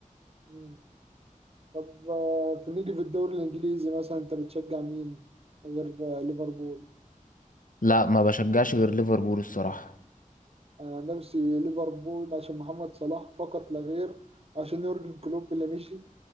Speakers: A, on the right; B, on the left.
A: مم. طب آه، في نيجي في الدوري الانجليزي مثلا انت بتشجع مين غير آه، ليفربول
B: لا ما بشجعش غير ليفربول الصراحة
A: انا عن نفسي ليفربول عشان محمد صلاح فقط لا غير عشان يورجن كلوب اللي مشي